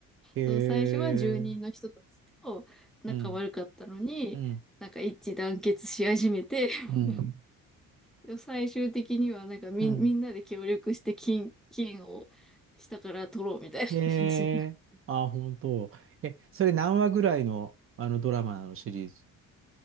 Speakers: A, on the right; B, in the centre.
A: えー、
B: そう、最初は住人の人たちと仲悪かったのに、
A: うん。うん。う
B: なんか一致団結し始めて、<laughs>
A: うん。ん
B: でも最終的にはなんかみん、
A: うん。
B: みんなで協力して金、金を下から取ろうみたいな感じになって。
A: へえ。あ、本当。え、それ何話ぐらいの、あのドラマのシリーズ